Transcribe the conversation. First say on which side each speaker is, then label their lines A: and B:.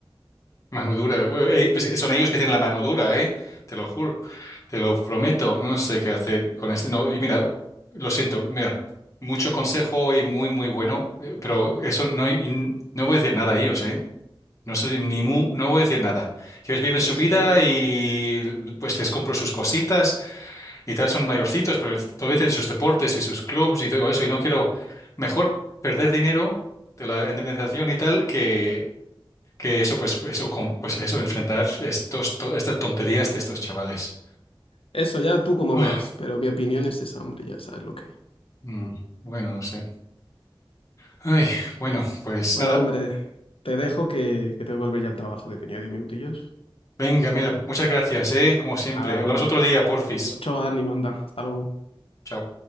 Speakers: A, on the left; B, on the left.
A: mano dura. Eh, eh, pues son ellos que tienen la mano dura, ¿eh? Te lo juro, te lo prometo. No sé qué hacer con esto. No, y mira, lo siento, mira, mucho consejo y muy, muy bueno, eh, pero eso no, y no voy a decir nada a ellos, ¿eh? No soy ni mu, no voy a decir nada. Ellos viven su
B: Eso,
A: vida
B: eh.
A: y pues les compro sus cositas y tal son mayorcitos, pero todavía tienen sus deportes y sus clubs y todo eso, y no quiero mejor perder dinero de la indemnización y tal que, que eso, pues eso, con- pues eso, enfrentar estos, to- estas tonterías de estos chavales.
B: Eso ya tú como
A: Ah,
B: veas, pero mi opinión es esa, hombre, ya sabes lo que hay.
A: mm, bueno, no sé. Ay, bueno, pues
B: Bueno,
A: nada.
B: hombre, te dejo que, que tengo que volver ya al trabajo, que tenía 10 minutillos.
A: Venga, mira, muchas gracias, ¿eh? Como siempre.
B: Nada,
A: Hablamos
B: hombre,
A: otro día, porfis.
B: mucho ánimo, anda, hasta luego.
A: Chao.